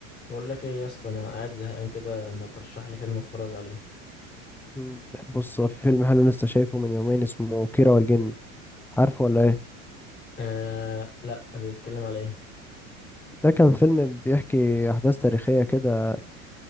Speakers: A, on the left; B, in the centre.
A: بقول لك ايه يا اسطى انا قاعد زهقان كده ما ترشح لي فيلم اتفرج عليه
B: مم. بص هو في فيلم حلو لسه شايفه من يومين اسمه كيرة والجن عارفه ولا ايه
A: آه لا بيتكلم على ايه
B: ده كان فيلم بيحكي احداث تاريخيه كده